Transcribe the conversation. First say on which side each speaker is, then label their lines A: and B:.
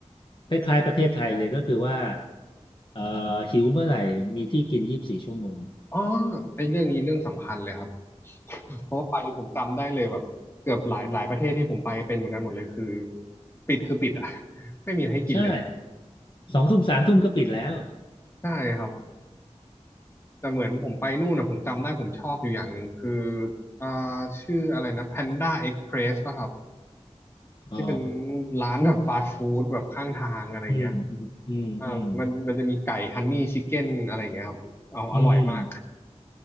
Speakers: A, on the left; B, on the left.
A: คล้ายๆประเทศไทยเลยก็คือว่าเอ่อหิวเมื่อไหร่มีที่กินยี่สิบสี่ชั่วโมง
B: อ๋อไอ้เรื่องนี้เรื่องสำคัญเลยครับเพราะว่าไปผมจำได้เลยแบบเกือบหลายหลายประเทศที่ผมไปเป็นเหมือนกันหมดเลยคือปิดคือปิดอ่ะ <laughs> ไม่มีอะไรให้กินเลย
A: ใช่สองทุ่มสามทุ่มก็ปิดแล้ว
B: ใช่ครับแต่เหมือนผมไปนู่นนะผมจำได้ผมชอบอยู่อย่างหนึ่งคืออ่าชื่ออะไรนะ Panda Express ป่ะครับ
A: อ๋อ
B: ที่เป็นร้านแบบฟาสต์ฟู้ดแบบข้างทางอะไรเงี้ย
A: อืมอืมอืม
B: อ่ามันมันจะมีไก่ฮันนี่ชิคเก้นอะไรเงี้ยครับเอาอร่อยมาก
A: อืม